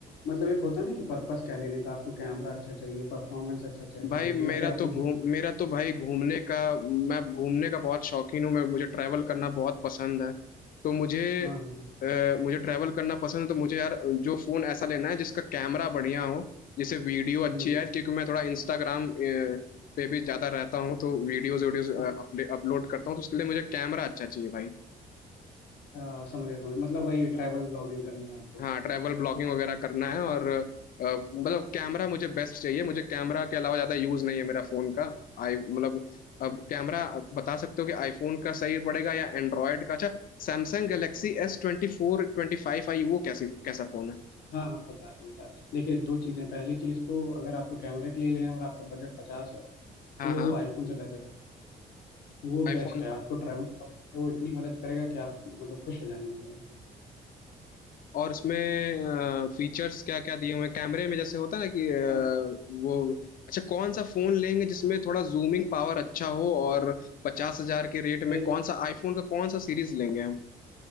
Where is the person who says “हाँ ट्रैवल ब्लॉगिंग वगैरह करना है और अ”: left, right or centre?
Left